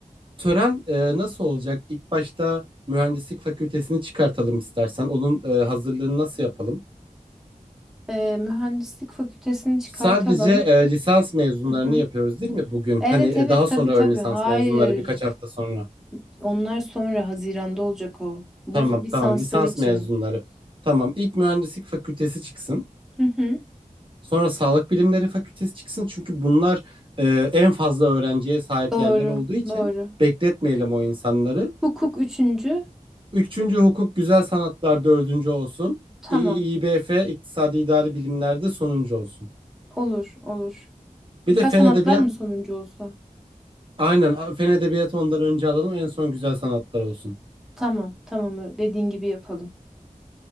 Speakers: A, on the right (about 35°); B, in the centre.
A: Tören e, nasıl olacak? İlk başta mühendislik fakültesini çıkartalım istersen. Onun e, hazırlığını nasıl yapalım?
B: Ee, mühendislik fakültesini çıkartalım.
A: Sadece e, lisans mezunlarını
B: Hı hı.
A: yapıyoruz değil mi bugün?
B: Evet
A: Hani e,
B: evet
A: daha sonra
B: tabii tabii.
A: ön lisans
B: Hayır.
A: mezunları birkaç hafta sonra.
B: Onlar sonra Haziran'da olacak o. Bu
A: Tamam
B: lisanslar
A: tamam lisans
B: için.
A: mezunları. Tamam ilk mühendislik fakültesi çıksın.
B: Hı hı.
A: Sonra sağlık bilimleri fakültesi çıksın. Çünkü bunlar e, en fazla öğrenciye sahip
B: Doğru,
A: yerler olduğu için
B: doğru.
A: bekletmeyelim o insanları.
B: Hukuk üçüncü.
A: Üçüncü hukuk güzel sanatlar dördüncü olsun.
B: Tamam.
A: İ- İBF iktisadi idari bilimlerde sonuncu olsun.
B: Olur, olur.
A: Bir
B: Güzel
A: de fen
B: sanatlar
A: edebiyat
B: mı sonuncu olsa?
A: aynen a- fen edebiyatı ondan önce alalım en son güzel sanatlar olsun.
B: Tamam, tamam. Dediğin gibi yapalım.